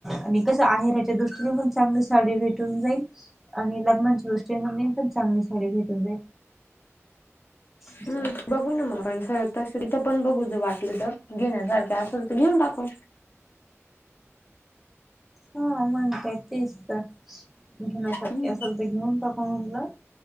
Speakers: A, in the centre; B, on the left (about 45°).
A: आणि कसं आहे रेट त्या दृष्टीने पण चांगली साडी भेटून जाईल आणि लग्ना दृष्टी ने पण चांगली साडी भेटून जाईल. असं.
B: हम्म, बघू न येवू मग आपण तसली तिथं पण बघू वाटलं जर घेण्यासारखं असं. घेऊन टाकू.
A: हा, मग काय तेच तर घेण्यासारखे
B: हम्म.
A: असेल तर, असेल तर घेऊन टाकू म्हणलं.